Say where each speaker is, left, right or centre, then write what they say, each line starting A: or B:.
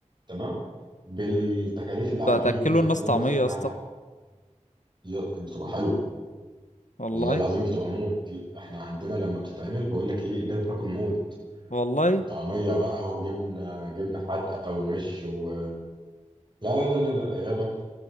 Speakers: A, on the right; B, on the left.
A: تمام بالتكاليف العجينه
B: هتاكلوا الناس
A: اقول
B: طعمية
A: مثلا
B: يا اسطى
A: هنح... ي- بتبقى حلوه
B: والله
A: والله العظيم بتبقى موت دي احنا عندنا لما بتتعمل بقول لك ايه الناس بتاكل موت
B: والله
A: طعميه بقى وجبنه جبنه حادقه ومش و لا لا لا لا لا لا يا راجل